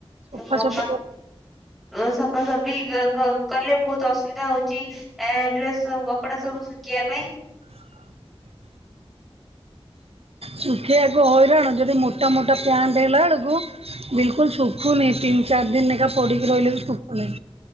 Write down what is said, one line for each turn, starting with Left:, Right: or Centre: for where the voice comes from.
Right: ସଫାସଫି
Centre: ହଁ ବା ସଫାସଫି କ କଲେ ବହୁତ ଅସୁବିଧା ହଉଛି। ଏ ଡ୍ରେସ୍ ସବୁ କପଡା ସବୁ ଶୁଖିବା ପାଇଁ
Right: <inaudible> ଶୁଖେଇଆକୁ ହଇରାଣ ଯଦି ମୋଟା ମୋଟା ପ୍ୟାଣ୍ଟ୍ ହେଲା ବେଳକୁ ବିଲ୍ କୁଲ୍ ଶୁଖୁନି ତିନି ଚାରି ଦିନ ଲେଖା ପଡିକି ରହିଲେ ବି ଶୁଖୁନିଁ